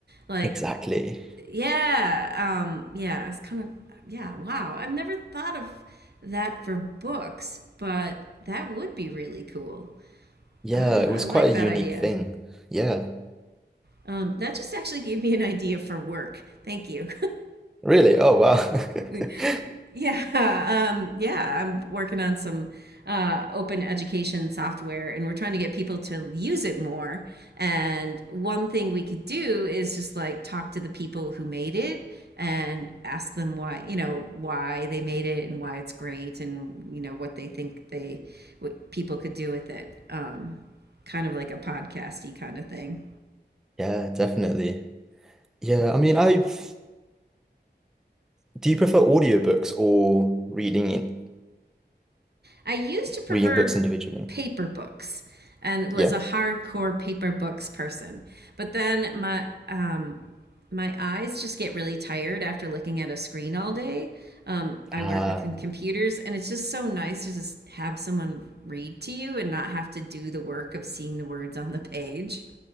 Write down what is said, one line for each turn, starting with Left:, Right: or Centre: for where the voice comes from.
Right: Like,
Centre: exactly.
Right: yeah, um, yeah, it's kind of, yeah, wow. I've never thought of that for books, but that would be really cool.
Centre: Yeah,
Right: Ah,
Centre: it was
Right: I like
Centre: quite
Right: that
Centre: a unique
Right: idea.
Centre: thing. Yeah.
Right: Um, that just actually gave me an idea for work. Thank you.
Centre: Really? Oh wow. <laughs>
Right: <laughs> Yeah, <laughs> um, yeah, I'm working on some uh, open education software and we're trying to get people to use it more. And one thing we could do is just like talk to the people who made it and ask them why, you know, why they made it and why it's great and, you know, what they think they, what people could do with it. Um, kind of like a podcasty kind of thing.
Centre: Yeah, definitely. Yeah, I mean, I've do you prefer audiobooks or reading it,
Right: I used to prefer
Centre: reading books individually?
Right: paper books and was
Centre: Yeah.
Right: a hardcore paper books person. But then my um my eyes just get really tired after looking at a screen all day. Um, I
Centre: Ah,
Right: work with computers, and it's just so nice to just have someone read to you and not have to do the work of seeing the words on the page.